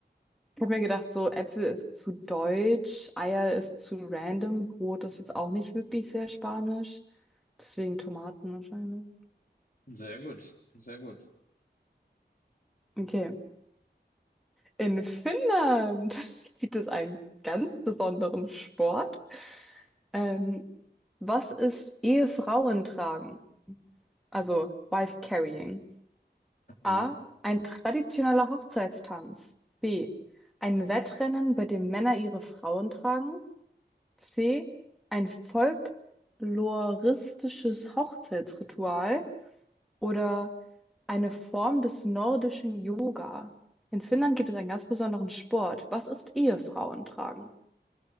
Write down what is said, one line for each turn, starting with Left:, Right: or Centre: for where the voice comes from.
Centre: Ich habe mir gedacht, so Äpfel ist zu deutsch, Eier ist zu random, Brot ist jetzt auch nicht wirklich sehr spanisch. Deswegen Tomaten wahrscheinlich.
Left: Sehr gut, sehr gut.
Centre: Okay. In Finnland <laughs> gibt es einen ganz besonderen Sport. Ähm, was ist Ehefrauen tragen? Also Wife Carrying.
Left: Mhm.
Centre: A. Ein traditioneller Hochzeitstanz. B. Ein Wettrennen, bei dem Männer ihre Frauen tragen. C. Ein folkloristisches Hochzeitsritual oder eine Form des nordischen Yoga. In Finnland gibt es einen ganz besonderen Sport. Was ist Ehefrauen tragen?